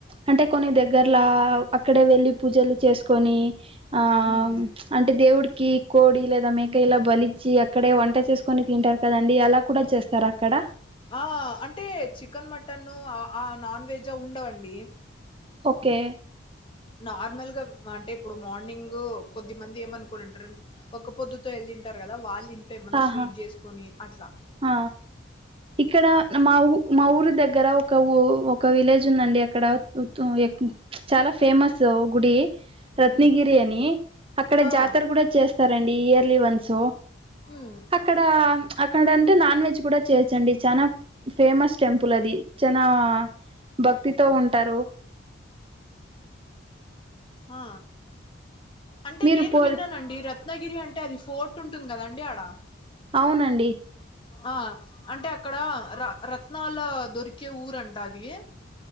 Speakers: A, on the right; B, on the left.
A: అంటే కొన్ని దగ్గర్లా అక్కడే వెళ్లిి పూజలు చేసుకొని ఆ
B: ఉమ్
A: అంటే దేవుడి కి కోడి లేదా మేక ఇలా బలిచ్చిి అక్కడే వంట చేసుకొని తింటారు కదండి అలా కూడా చేస్తారా అక్కడ
B: ఆ అంటే చికెన్ మటన్ న్ ఆ నాన్ వెజ్ ఉండవండి
A: ఓకె
B: నార్మల్ గా అంటే ఇప్పుడు మార్నింగ్ కొద్ది మంది ఏమనుకునింటారు ఒక్క, పొద్దుతో, ఎల్డింటారు, గదా, వాళ్ళింట్లో, ఏమన్నా,
A: ఆహా
B: స్వీట్, జెసుకొని, అట్ల.
A: ఆ, ఇక్కడ, మా, ఊ, మాఊరి, దగ్గర, ఒక, ఊ. ఒక, విలేజ్, ఉందండి, అక్కడ, తుం ఏ క్ చాలా, ఫేమస్, ఓ గుడి. రత్నగిరి,
B: ఉమ్
A: అనీ, అక్కడ,
B: హా
A: జాతర, గుడ, జెస్తారంండి, ఇయర్లీ, వన్స్స్.
B: ఉమ్
A: అక్కడ, అక్కడంటే, నాన్ వెజ్, గుడ, చేయొచ్చండి, చనా. ఫేమస్, టెంపుల్, అది, చనా, భక్తితో, ఉంటారు. <inaudible>
B: ఆ, అంటే,
A: మీరు
B: నేను,
A: పో
B: విన్నానండి, రత్. రత్నగిరి, అంటే, అది, ఫోర్ట్, ఉంటుంది, గదండి, ఆడ.
A: అవునండి.
B: ఆ అంటే, అక్కడా, ర రత్నాల, దొరికే, ఊరంట, అదీ ఏ.